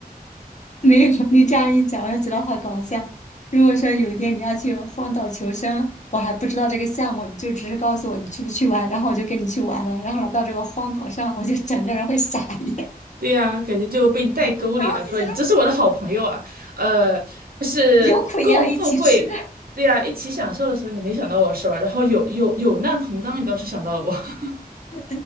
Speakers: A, on the left (about 50°); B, on the right (about 65°).
A: <laughs> 没有，你这样一讲，我就觉得好搞笑。如果说有一天你要去荒岛求生，我还不知道这个项目，你就只是告诉我你去不去玩，然后我就跟你去玩了，然后到这个荒岛上，我就整个人会傻眼，
B: 对呀，感觉就被你带沟里了，
A: <laughs> 然后就觉
B: 说你真是我的好朋友啊，呃，就是共富贵，
A: 得有苦也要一起吃。<laughs>
B: 对呀，一起享受的时候你没想到我是吧？然后有有有难同当，你倒是想到了我，<laughs>
A: 对